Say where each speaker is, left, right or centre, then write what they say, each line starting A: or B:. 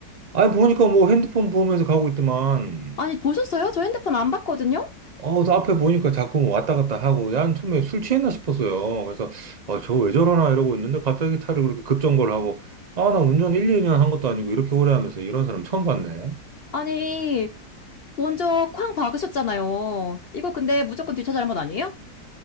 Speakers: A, on the right; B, on the left.
A: 아, 보니까 뭐 핸드폰 보면서 가고 있더만,
B: 아니, 보셨어요? 저 핸드폰 안 봤거든요?
A: 어, 또 앞에 보니까 자꾸 뭐 왔다 갔다 하고, 난 처음에 술 취했나 싶었어요. 그래서, 아, 저 왜 저러나 이러고 있는데, 갑자기 차를 그렇게 급정거를 하고, 아, 나 운전 1, 2년 한 것도 아니고, 이렇게 오래 하면서 이런 사람 처음 봤네.
B: 아니, 먼저 쾅 박으셨잖아요. 이거 근데 무조건 뒷차 잘못 아니에요?